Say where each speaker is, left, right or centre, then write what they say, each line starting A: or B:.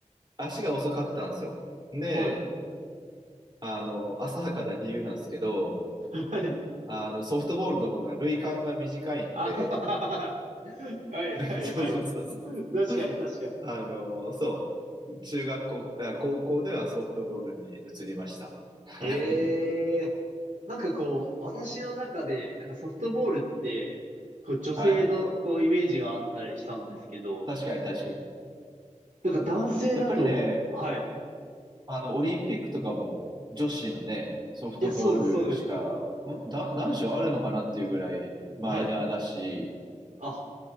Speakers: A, on the right; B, on the right.
A: 足が遅かったんですよ。で、
B: はい。
A: あの、浅はかな理由なんですけど、
B: はい。
A: あの、ソフトボールの方が塁間が短いんで、
B: あははははいはいはい。
A: <laughs> そうそうそうそう。
B: 確かに確かに。
A: あの、そう。中学校、あ高校ではソフトボールに移りました。はい。
B: ええなんかこう、私の中で、なんかソフトボールって、こう女性のこうイメージがあったりしたんですけど、
A: はい。確かに確かに。
B: なんか男性だと、
A: やっぱりね、
B: はい。
A: あの、オリンピックとかも女子のね、ソフトボールしか、
B: いや、そうです、そうです。
A: んだ、男子はあるのかなっていうぐらいマイナーだし、
B: はい。あ、